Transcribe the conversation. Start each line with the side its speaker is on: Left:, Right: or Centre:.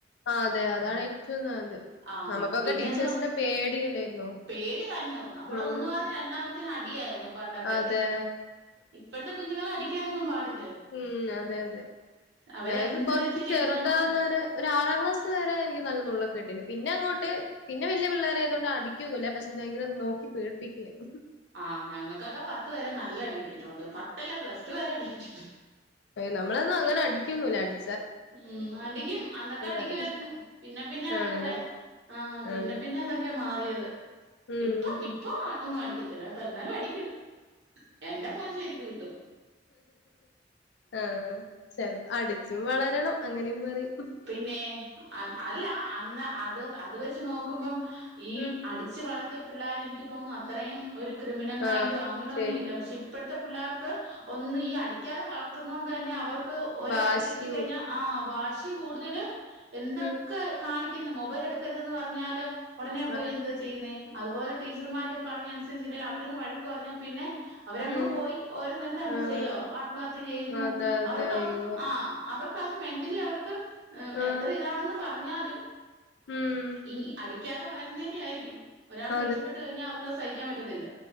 Left: ആ അതെ അതാണ് ഏറ്റവും നല്ലത്
Right: ആ
Left: നമുക്കൊക്കെ
Right: പിന്നെന്തുവാ
Left: ടീച്ചേഴ്സിനെ പേടിയല്ലായിരുന്നോ
Right: പേടി തന്നോ നമ്മളൊന്ന്
Left: ഉം
Right: പർഞ് രണ്ടാമത്തതിന് അടിയായിരുന്നു പണ്ടൊക്കെ
Left: അതെ
Right: ഇപ്പഴത്തെ കുഞ്ഞുങ്ങളെ അടിക്കാനൊന്നും പാടി
Left: ഉം അതെ അതെ
Right: അവര്
Left: എക്ക്
Right: എന്ത്
Left: കൊർച്ച്
Right: തെറ്റ്
Left: ചെർതാവ്ന്നവരെ
Right: ചെയ്താലും
Left: ഒരാറാക്ലാസ് വരെ എനിക്ക് നല്ല നുള്ളൊക്ക കിട്ടിണ്ട് പിന്നങ്ങോട്ട് പിന്നെ വല്യ പിള്ളേരായതോണ്ട് അടിക്കൊന്നുല്ല പക്ഷെ ഭയങ്കര നോക്കി പേടിപ്പിക്കുകായിരുന്നു
Right: ആ ഞങ്ങക്കൊക്കെ പത്ത് വെരെ നല്ല അടി കിട്ടിട്ടുണ്ട് പത്തല്ല പ്ലസ് ടു വെരെ അടി കിട്ടിട്ടുണ്ട്
Left: ഏയ്‌ നമ്മളൊന്നുങ്ങനെ അടിക്കൊന്നുല്ല അട്
Right: ഉം അടിക്കും അന്നൊക്കെ അടിക്കായിരുന്നു
Left: പറയാ
Right: പിന്നെ പിന്നെ അതൊക്കെ
Left: ആണല്ലേ
Right: ആ പിന്നെ
Left: ആഹ്
Right: പിന്നതൊക്കെ മാറിയത്
Left: ഉം
Right: ഇപ്പം ഇപ്പൊന്നും അടിക്കത്തില്ലട്ടോ എന്നാലും അടിക്കും എന്റെ മോന് ശെരിക്ക് കിട്ടും
Left: ആ ചെ അടിച്ചും വളരണം അങ്ങനീം പറയും
Right: പിന്നെ അല്ല അന്ന് അത് അത് വെച്ച് നോക്കുമ്പം ഈ
Left: ഉം
Right: അടിച്ചു വളർത്തിയ പിള്ളാര് എനിക്ക് തോന്ന്ന്നു അത്രേം ഒരു ക്രിമിനൽ മൈൻഡോ
Left: ആഹ്
Right: അങ്ങനെയൊന്നും
Left: ശരി
Right: ഇല്ല പക്ഷെ ഇപ്പഴ്ത്തെ പിള്ളേർക്ക് ഒന്നും ഈ അടിക്കാതെ വളർത്ത്ന്നോണ്ടെന്നെ അവർക്ക് ഒരടി
Left: വാശി
Right: കിട്ടിക്കഴിഞ്ഞാ
Left: കൂടും
Right: ആ വാശി കൂടുതലും എന്തൊക്കെ
Left: ഉം
Right: കാണിക്ക്ന്ന് മൊബൈലെടുക്കരുതെന്ന് പറഞ്ഞാല് ഒടനെ പോയി
Left: അതെ
Right: എന്താ ചെയ്യ്ന്നേ അതുപോലെ ടീച്ചർമാര് പറഞ്ഞ അനുസരിച്ചില്ലെ അവരൊന്ന് വഴക്ക് പറഞ്ഞാ പിന്നെ അവരങ്ങ്
Left: ഉം
Right: പോയി ഓരോന്നെല്ലങ്ങ്
Left: ആഹ്
Right: ചെയ്യാ ആത്മഹത്യ ചെയ്യുന്നു
Left: അതെ അതെ
Right: അവർക്കഒന്നും
Left: അയ്യോ
Right: ആ അവർക്ക് അത് മെന്റലി അവർക്ക്
Left: ആഹ്
Right: എത്ര ഇതാണെന്ന് പറഞ്ഞാലും
Left: ഉം
Right: ഇ അടിക്കാതെ വളരുന്നേന്റെ ആയിരിക്കും ഒരാള്
Left: അതെ
Right: ദേഷ്യ ശ്യപ്പെട്ട് കഴിഞ്ഞാ അവർക്കത് സഹിക്കാൻ പറ്റത്തില്ല